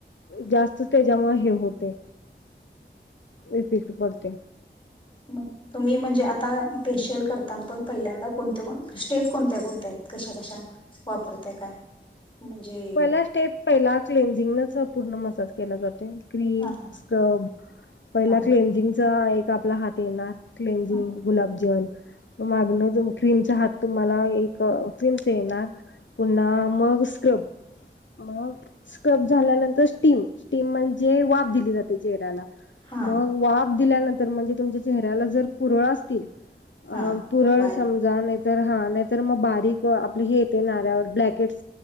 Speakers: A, on the left; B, on the left.
A: जास्त. त्याच्यामुळे हे होतय इफेक्ट पडतोय.
B: म, तुम्ही म्हणजे आता फेशियल करताना पण पहिल्यांदा कोणत पण स्टेप कोणत्या कोणत्या आहेत कशा कशा? वापरताय का, म्हणजे,
A: पहिला स्टेप पहिला क्लेनझिंगच पूर्ण मसाज केला जातोय. क्रीम
B: हा
A: स्क्रब पहिला
B: हा
A: क्लेंझिंगचा एक आपला हात येणार! क्लंजिंग
B: हा
A: गुलाबजल, मागणअजून क्रीमचा हात तुम्हाला एक क्रीमचा येणार? पुन्हा मग स्क्रब, मग स्क्रब झाल्यानंतर स्टीम स्टीम म्हणजे वाफ दिली जाते चेहऱ्याला.
B: हा
A: मग वाफ दिल्यानंतर म्हणजे तुमच्या चेहऱ्याला जर पुरळ असतील. अ
B: हा
A: पुरळ
B: बारीक
A: समजा नेत, तर हा नाहीतर मग बारीक आपले हेेते नाऱ्यावर ब्लॅकेट्स!